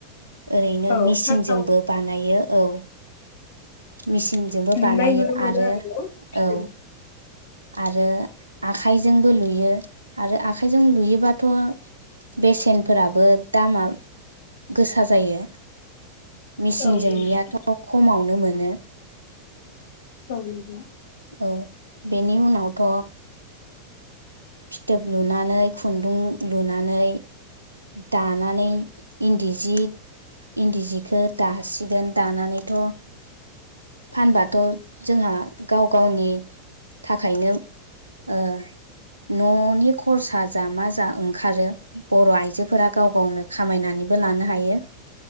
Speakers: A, on the right; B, on the left.
A: ओरैनो
B: औ
A: मिचिनजोंबो
B: फार्स्टआव
A: बानायो औ मेचिनजोंबो बानायो
B: लुनाय नुनो मोनो
A: आरो
B: न' फिथोब
A: औ आरो आखाइजोंबो लुयो आरो आखाइजों लुयोबाथ' बेसेनफोराबो दामा गोसा जायो मेसिनजोंनियाथ'
B: औ नंगौ
A: खमावनोमोन <unintelligible>
B: औ
A: औ बेनि उनावथ' फिथोब लुनानै खुन्दुं लुनानै दानानै इन्दि जि इन्दि जिखौ दासिगोन दानानैथ' फानबाथ' जोंहा गाव गावनि थाखायनो ओ न'नि खरसा जा मा जा ओंखारो बर'आ आइजोफोरा गाव गावनो खामायनानैबो लानो हायो